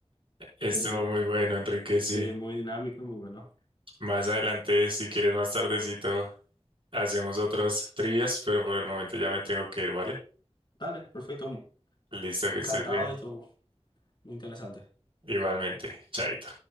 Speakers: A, on the right; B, on the left.
A: Estuvo
B: eh,
A: muy bueno, Enrique, sí.
B: sí, muy dinámico, muy bueno.
A: Más adelante, si quieres más tardecito, hacemos otros trivias, pero por el momento ya me tengo que ir, ¿vale?
B: Dale, perfecto.
A: Listo, que
B: Encantado
A: estés bien.
B: de esto, muy interesante.
A: Igualmente, chaito.